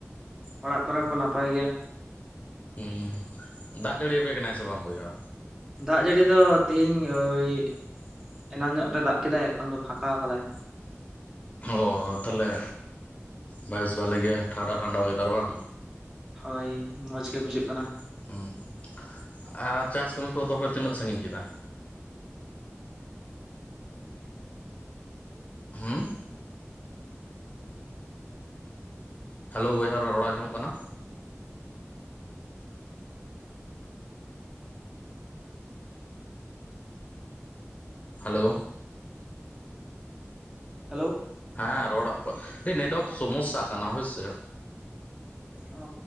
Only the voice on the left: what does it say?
ᱦᱮᱸ ᱫᱟᱜ ᱡᱟᱹᱲᱤᱭᱟᱯᱮ ᱠᱟᱱᱟᱭ ᱥᱮ ᱵᱟᱝ ᱵᱚᱭᱦᱟ?
ᱚ ᱛᱟᱦᱚᱞᱮ ᱵᱮᱥ ᱵᱷᱟᱞᱮ ᱜᱮ ᱴᱷᱟᱱᱰᱟ ᱴᱷᱟᱱᱰᱟ ᱚᱭᱮᱫᱟᱨ ᱵᱟᱝ
<unintelligible> ᱟᱨ ᱪᱟᱥ ᱠᱟᱹᱢᱤ ᱠᱚᱫᱚᱯᱮ ᱛᱤᱱᱟᱹᱜ ᱥᱟᱸᱜᱤᱧ ᱠᱮᱫᱟ? ᱦᱩᱸ ᱦᱮᱞᱳ ᱵᱚᱭᱦᱟ ᱨᱚᱲ ᱟᱸᱡᱚᱢᱚᱜ ᱠᱟᱱᱟ? ᱦᱮᱞᱳ
ᱦᱮᱸ ᱨᱚᱲ ᱠᱞ <unintelligible> ᱟᱹᱰᱤ ᱱᱮᱴᱣᱟᱨᱠ ᱥᱚᱢᱚᱥᱥᱟ ᱠᱟᱱᱟ ᱦᱳᱭᱥᱮ